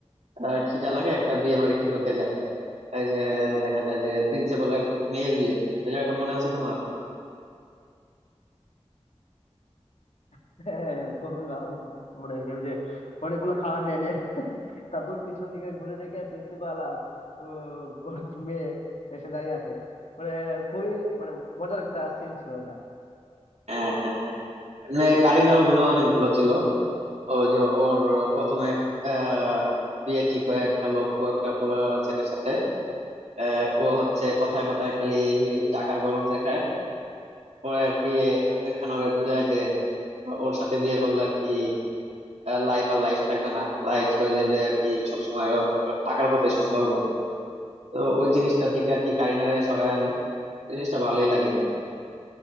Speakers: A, on the right; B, on the left.
A: আহ, খিদা লাগে একটা বিয়ে বাড়িতে ঢুকে যায় এই যে দেখা যায় যে প্রিন্সিপালের মেয়ের বিয়ে এই জায়গাটা মনে আছে তোমার
B: <laughs> হ্যাঁ, খুবই ভালো মনে হয়েছে ওই যে অনেকগুলো খাবার নিয়ে নে <laughs> তারপর পিছন দিকে ঘুরে দেখে প্রিন্সিপাল আর আহ, ওর মেয়ে এসে দাঁড়িয়ে আছে মানে খুবই মানে মজার একটা সিন ছিল ওটা
A: হ্যাঁ হ্যাঁ মানে কারিনার অভিনয় অনেক ভালো ছিল ও যে ওর প্রথমে আহ, বিয়ে ঠিক হয় একটা লোক একটা পোলা ছেলের সাথে আহ, ও হচ্ছে কথায় কথায় খালি টাকার গরম দেখায় পরে আর কি আমির খান ওরে বুঝায় যে ওর সাথে বিয়ে করলে আর কি লাইফ আর লাইফ থাকবে না লাইফ হয়ে যাবে আর কি সবসময় ওর টাকার কথাই শুনতে হবে তো ওই জিনিসটা থেকে আর কি কারিনারে সরায় আনে ওই জিনিসটা ভালোই লাগে